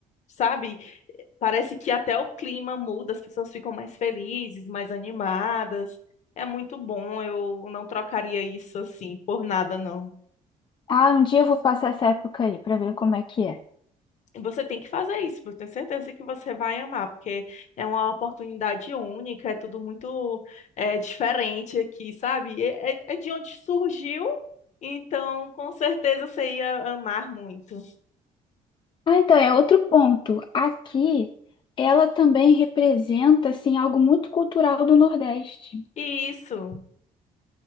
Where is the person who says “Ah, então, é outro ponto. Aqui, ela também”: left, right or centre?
Left